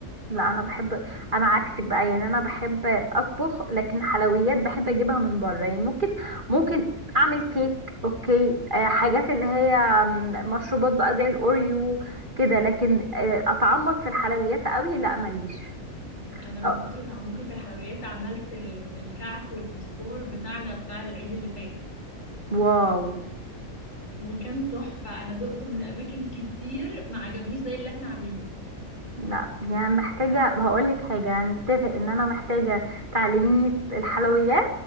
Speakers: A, on the right (about 35°); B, on the left (about 60°).
A: لا انا بحب انا عكسك بقى يعني انا بحب اطبخ لكن حلويات بحب اجيبها من بره يعني ممكن ممكن اعمل كيك اوكي آه، حاجات اللي هي آم، مشروبات بقى زي الاوريو كده لكن آه، اتعمق في الحلويات قوي لا ماليش
B: انا من
A: آه،
B: كتر تعمقي في الحلويات عملت ال- الكعك والبيتي فور بتاعنا بتاع العيد اللي فات
A: واو
B: وكان تحفة أنا دقته من أماكن كتير ما عجبنيش زي اللي احنا عاملينه
A: لا يعني محتاجة هقول لك حاجة هنتفق ان انا محتاجة تعلميني الحلويات